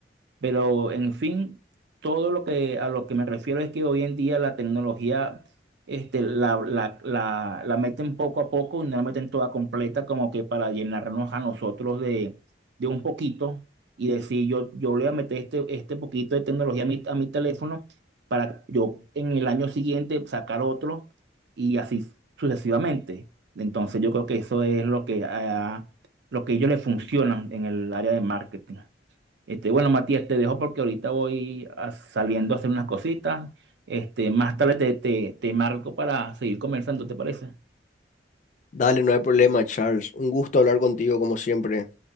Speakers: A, on the right; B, on the left.
A: Pero en fin, todo lo que a lo que me refiero es que hoy en día la tecnología este, la, la, la, la meten poco a poco y no la meten toda completa, como que para llenarnos a nosotros de, de un poquito y decir yo, yo le voy a meter este, este poquito de tecnología a mi, a mi teléfono para yo en el año siguiente sacar otro y así sucesivamente. Entonces yo creo que eso es lo que, a lo que a ellos les funcionan en el área de marketing. Este, bueno, Matías, te dejo porque ahorita voy a- saliendo a hacer unas cositas. Este, más tarde te, te, te marco para seguir conversando, ¿te parece?
B: Dale, no hay problema, Charles. Un gusto hablar contigo como siempre.